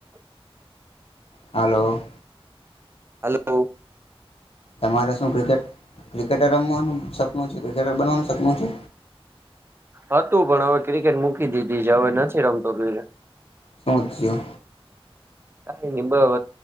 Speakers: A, on the left; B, on the right.
A: હાલો.
B: હલો.
A: તમારે શું ક્રિકેટ ક્રિકેટર રમવાનું સપનું છે ક્રિકેટર બનવાનું સપનું છે.
B: હતું પણ હવે ક્રિકેટ મૂકી દીધી છે હવે નથી રમતો ક્રિકેટ.
A: શોસીયો
B: કઈ નહી બવ